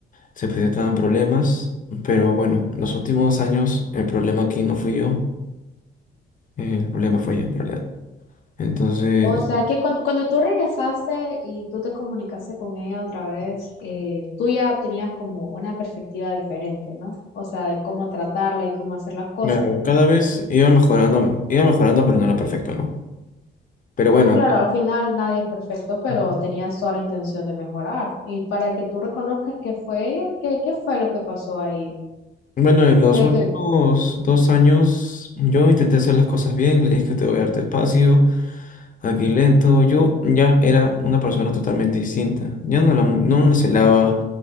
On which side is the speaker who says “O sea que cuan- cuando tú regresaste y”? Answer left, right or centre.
Left